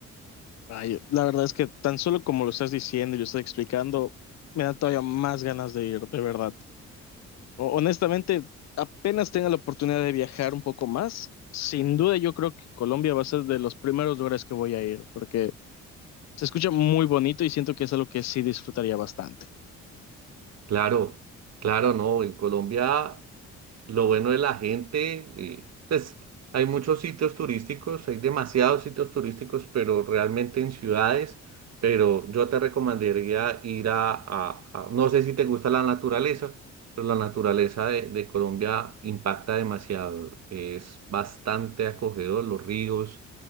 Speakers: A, on the left (about 60°); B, on the right (about 60°).
A: Ay, la verdad es que tan solo como lo estás diciendo y lo estás explicando, me da todavía más ganas de ir, de verdad. O- honestamente, apenas tenga la oportunidad de viajar un poco más, sin duda yo creo que Colombia va a ser de los primeros lugares que voy a ir, porque se escucha muy bonito y siento que es algo que sí disfrutaría bastante.
B: Claro, claro, no. En Colombia lo bueno de la gente, eh, pues hay muchos sitios turísticos, hay demasiados sitios turísticos, pero realmente en ciudades, pero yo te recomendaría ir a, a- a- no sé si te gusta la naturaleza, pero la naturaleza de, de Colombia impacta demasiado, es bastante acogedor, los ríos,